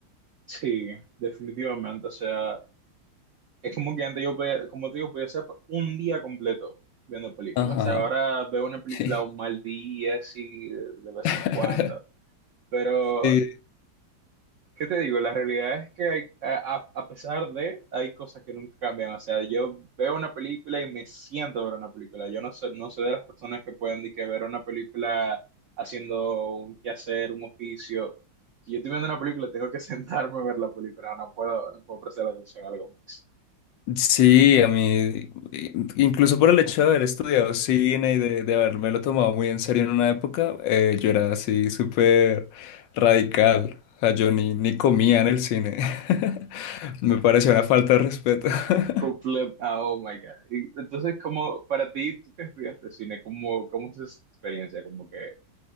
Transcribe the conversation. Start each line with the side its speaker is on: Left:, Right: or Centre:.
Right: Sí, definitivamente. O sea. Es como que antes yo podía, como te digo, podía ser un día completo viendo películas.
Left: Ajá,
Right: O sea, ahora veo una película
Left: sí.
Right: un mal día, así, de, de vez
Left: <laughs>
Right: en cuando. Pero,
Left: Sí.
Right: ¿qué te digo? La realidad es que hay- a, a- a pesar de, hay cosas que nunca cambian. O sea, yo veo una película y me siento a ver una película. Yo no soy, no soy de las personas que pueden ni que ver una película haciendo un quehacer, un oficio. Si yo estoy viendo una película, tengo que <laughs> sentarme a ver la película. No puedo, no puedo prestar atención a algo más.
Left: Sí, a mí, i- incluso por el hecho de haber estudiado cine y de, de habérmelo tomado muy en serio en una época, eh, yo era así súper radical. O sea, yo ni, ni comía en el cine. <laughs> Me parecía una falta de respeto. <laughs>
Right: Comple- ah, oh my God. Y Entonces, como para ti, tú que estudiaste cine, ¿cómo, cómo es esa experiencia? Como que,